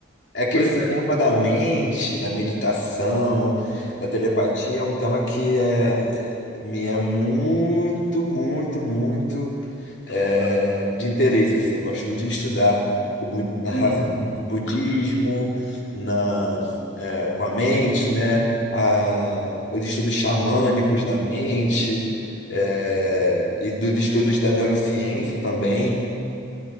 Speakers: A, on the left; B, on the left.
A: É que
B: pois
A: esse
B: é.
A: tema da mente, da meditação, da telepatia é um tema que é, me é muito, muito, muito é, de interesse, assim. Eu gosto muito de estudar o, bu- na relação
B: Uhum.
A: do budismo, na, é, com a mente, né? A, os estudos xamânicos da mente, é, e dos estudos da neurociência também.